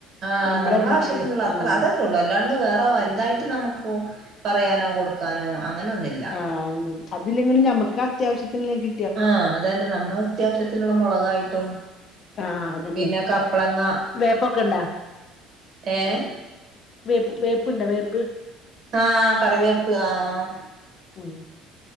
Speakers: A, on the right (about 50°); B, on the left (about 45°).
A: ആഹ്
B: നമ്മളതിൽക്ക്
A: നമ്മള ആവശ്യത്തിനുള്ള അത്ര
B: ആഹ്
A: അതൊക്കെ ഉള്ളു അല്ലാണ്ട് വേറെ വലുതായിട്ട് നമ്മുക്കു പറയാനോ കൊടുക്കാനോ അങ്ങനൊന്നില്ല.
B: ആ അതില്ലെങ്കിലും നമുക്ക് അത്യാവശ്യത്തിനെങ്കി
A: ആഹ് അതന്നെ നമ്മൾ അത്യാവശ്യത്തിനുള്ള മുളകായിട്ടും
B: ആഹ് അതന്നെ
A: പിന്നെ കപ്പളങ്ങ
B: വേപ്പക്കണ്ടാ?
A: ഏഹ്
B: വേപ്പ് വേപ്പ്ണ്ട വേപ്പ്?
A: ആഹ് കറിവേപ്പ് ആഹ് ആഹ്.
B: ഉം.